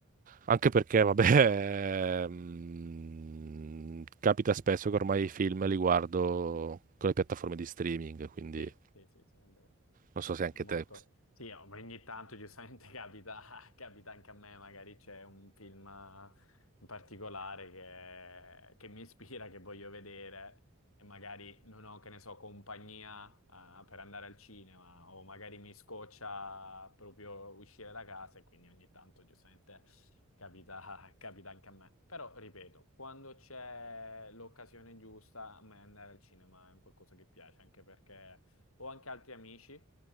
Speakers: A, on the right (about 40°); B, on the left (about 70°).
A: anche perché, vabbè, <laughs> ehm, capita spesso che ormai i film li guardo con le piattaforme di streaming, quindi
B: sì, sì, sì, sì, è vero.
A: non so se anche
B: È molto...
A: te.
B: Sì, oh, ma ogni tanto giustamente <laughs> capita, capita anche a me, magari c'è un film eh, in particolare che, che mi ispira, che voglio vedere e magari non ho, che ne so, compagnia eh, per andare al cinema o magari mi scoccia proprio uscire da casa e quindi ogni tanto giustamente capita, <laughs> capita anche a me. Però, ripeto, quando c'è l'occasione giusta, a me andare al cinema è un qualcosa che piace, anche perché... Ho anche altri amici